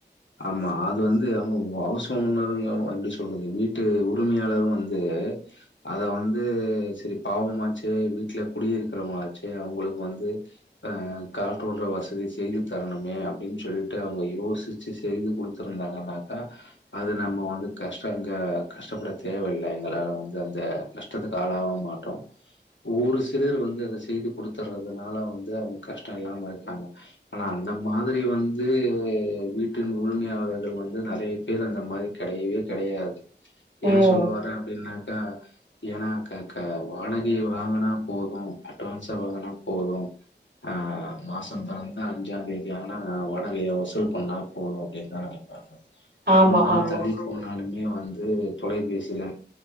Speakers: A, on the left; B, on the right.
A: ஆமா அது வந்து அவுங்க ஹவுஸ் ஓனருங்க எப்படி சொல்றது வீட்டு உரிமையாளரு வந்து அத வந்து செரி பாவமாச்சு வீட் டுல குடியிருக்கிறவங்களாச்சே அவங்களுக்கு வந்து அஹ் காற்றோட்ட வசதி செய்து தரணுமே அப்படின்னு சொல்லிட்டு அவங்க யோசிச்சு செய்து கொடுத்துருந்தாங்கனாக்கா அது நம்ம வந்து கஷ்ட அங்க கஷ்டப்பட தேவயில்ல எங்களால வந்து அந்த கஷ்டத்துக்கு ஆளாவு மாட்டோ ஒரு சிலர் வந்து அத செய்து கொடுத்துடுறதுனால வந்து அவங்க கஷ்டம் இல்லாம இருக்காங்க ஆனா அந்த மாதிரி வந்து வீட்டின் உரிமையாளர்கள் வந்து நெறைய பேர் அந்த மாரி கெடையவே கெடையாது ஏ
B: ம்
A: சொல்ல வரேன் அப்டின்னா க ஏனா க கா வாடகைய வந் வாங்கனா போது அட்வான்ஸாக வாங்கனா போது அ மாசோ தொறந்தா அஞ்சா தேதியான வாடகைய வசூல் பண்ணா போது அப்படின்னு தா நெனைப்பாங்க
B: ஆமா
A: ஒரு நாள்
B: ஆமா
A: தள்ளி போனாலு மே வந்து தொலைபேசியில